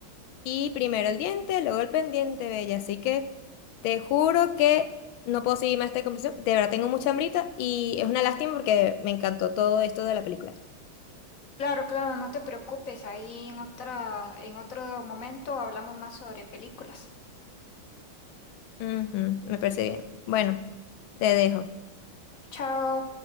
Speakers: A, on the left; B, on the left.
A: Y primero el diente, luego el pendiente, bella. Así que te juro que no puedo seguir más esta conversación. De verdad tengo mucha hambrita y es una lástima porque me encantó todo esto de la película.
B: Claro, claro, no te preocupes. Ahí en otra, en otro momento hablamos más sobre películas.
A: Ujú, me parece bien. Bueno, te dejo.
B: Chao.